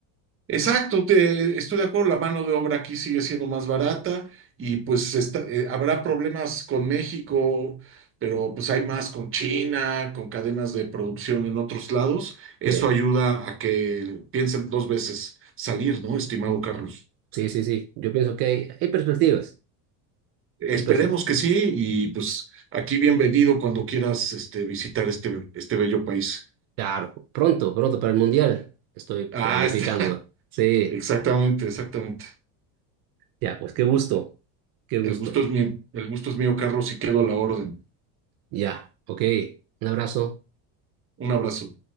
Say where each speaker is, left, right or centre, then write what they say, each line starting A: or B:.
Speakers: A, on the right (about 30°); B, on the right (about 50°).
A: Exacto, te- estoy de acuerdo, la mano de obra aquí sigue siendo más barata y pues está- eh, habrá problemas con México, pero pues hay más con China, con cadenas de producción en otros lados. Eso
B: Sí,
A: ayuda a que piensen dos veces salir, ¿no, estimado Carlos?
B: sí, sí, sí. Yo pienso que hay, hay perspectivas.
A: Esperemos
B: Hay perspectivas.
A: que sí y pues aquí bienvenido cuando quieras este, visitar este, este bello país.
B: Claro, pronto, pronto para el Mundial. Estoy planificando.
A: Ah, está. <laughs>
B: Sí,
A: Exactamente, exactamente.
B: ya, pues qué gusto, qué gusto.
A: El gusto es mío, el gusto es mío, Carlos, y quedo a la orden.
B: Ya, ok. Un abrazo.
A: Un abrazo.